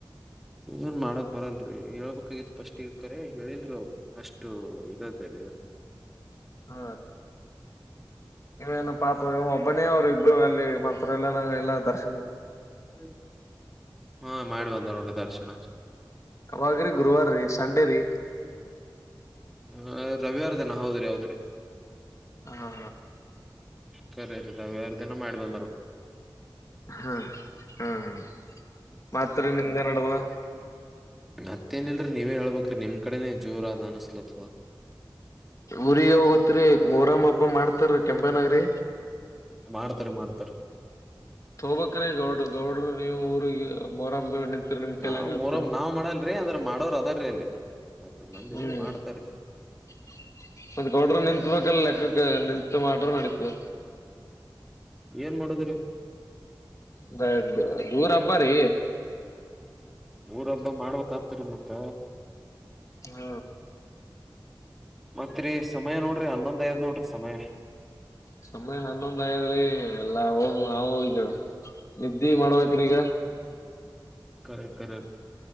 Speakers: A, in the centre; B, on the left.
A: ಇನ್ ಮಾಡಕ್ ಬರಲ್ರರಿ ಹೇಳ್ಬೇಕಾಗಿತ್ತು ಫಸ್ಟ್ ಇಕರೇ ಹೇಳಿಲ್ ರೀ ಅವ್ರ್. ಅಷ್ಟು ಇದೆ <unintelligible>
B: ಹ ಇವೇನು ಪಾಪ ಇವ ಒಬ್ಬನೇ ಅವ್ರು ಇಬ್ರು ಅಲ್ಲಿ ಮಂತ್ರಲಯ್ ಎಲ್ಲನ ಎಲ್ಲ ದರ್ಶ
A: <unintelligible> ಹ ಮಾಡ್ಬಂದ ನೋಡ್ ದರ್ಶನ
B: ಕವಾಗ್ರಿ ಗುರುವಾರ ರೀ ಸಂಡೇ ರೀ
A: ಹ ರವಿವಾರ ದಿನ ಹೌದ್ರಿ ಹೌದ್ರಿ
B: ಹಾ
A: ಕರೆರಿ ರವಿವಾರ್ ದಿನ ಮಾಡ್ಬಂದರ
B: ಹ ಹ ಹ <unintelligible> ಮತ್ತಿ ನಿಮ್ಡೆನ್ ನಡ್ದದ
A: ಮತ್ತೇನಲ್ರೀ ನೀವೇ ಹೇಳ್ಬೇಕ್ ನಿಮ್ ಕಡೆನೇ ಜೋರಾದ ಅನಸ್ಲತದ <unintelligible>
B: ಊರಿಗ ಹೋಗತ್ರಿ ಮೊಹರಂ ಹಬ್ಬ ಮಾಡ್ತಾರ ಕೆಂಪೇನಾಗ್ರಿ
A: ಮಾಡ್ತರೆ ಮಾಡ್ ತರ್
B: ತೋಗ್ಬೆಕ್ರಿ ಗೌಡ್ರು ಗೌಡ್ರು ನೀವು ಊರಿಗಿ ಮೊರಂ ನಿಂತರಿ ನಿಮ್ ಕೈಲಿ
A: ನಾವ್
B: ಆಗ್ತದ
A: ಮೊರಂ ನಾವ್ ಮಾಡಲ್ರಿ ಅಂದ್ರ ಮಾಡೋರ ಅದರ್ರೀ ಅಲ್ಲಿ ಮತ್ತ ಮಂದಿ
B: ಹ್ಮ್
A: ಮಾಡ್ತರೀ
B: <unintelligible> ಗೌಡ್ರ ನಿತ್ಬೇಕಲ್ಲ ಲೆಕ್ಕಕ್ಕ ನಿತ್ ಮಾಡ್ರ ನಡೀತದ
A: ಏನ್ ಮಾಡದಿರಿ
B: <unintelligible> ಊರ್ ಹಬ್ಬ ರೀ
A: ಊರಬ್ಬ ಮಾಡ್ಬೇಕ್ ಆಗ್ತಾರಿ ಮತ್ತ
B: ಹ
A: ಮತ್ರಿ ಸಮಯ ನೋಡ್ರಿ ಹನ್ನೊಂದ್ ಆಗ್ಯಾದ್ ನೋಡ್ರಿ ಸಮಯ.
B: ಸಮಯ ಹನ್ನೊಂದ್ ಆಗ್ಯಾದ್ರಿ ಎಲ್ಲಾ ಹೋದ್ರ್ ನಾವ್ ಹೀಗ ನಿದ್ದಿ ಮಾಡ್ಬೇಕ್ರಿ ಈಗ.
A: ಕರೆ ಕರೇ